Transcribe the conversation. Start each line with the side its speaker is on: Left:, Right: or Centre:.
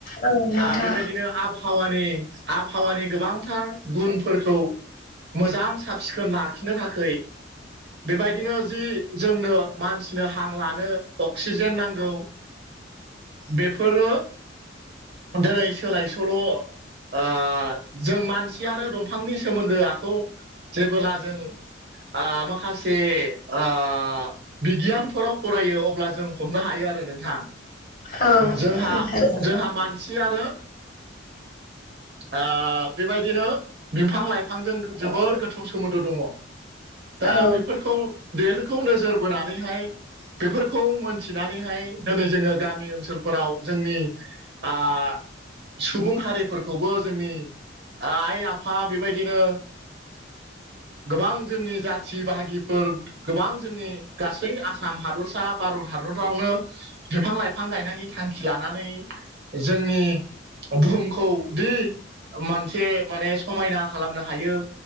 Left: औ नोंथां
Right: आ बेबायदिनो आब हावानि आबहावानि गोबांथार गुनफोरखौ मोजां साब सिखोन लाखिनो थाखै बेबायदिनो जि जोंनो मानसिनो हां लानो अक्सिजेन नांगौ बेफोरो दोनै सोलाय सोल' आ जों मानसियानो दंफांनि सोमोन्दोआखौ जेबोला जों आ माखासे आ बिगियानफोराव फरायो अब्ला जों हमनो हायो आरो नों हा
Left: औ
Right: जोंहा
Left: नोंथां
Right: जोंहा मानसियानो आ बेबायदिनो बिफां लाइफांजों जोबोर गोथौ सोमोन्दो दङ। दा
Left: औ
Right: बेफोरखौ बेफोरखौ नोजोर बोनानैहाय बेफोरखौ मोनथिनानैहाय दिनै जोङो गामि ओनसोलफोराव जोंनि आ सुबुं हारिफोरखौबो जोंनि आइ आफा बेबायदिनो गोबां जोंनि जाथि बाहागिफोर गोबां जोंनि गासै आसाम हादरसा भारत हादरावनो बिफां लाइफां गायनायनि थांखि लानानै जोंनि बुहुमखौ दि मोनसे माने समायना खालामनो हायो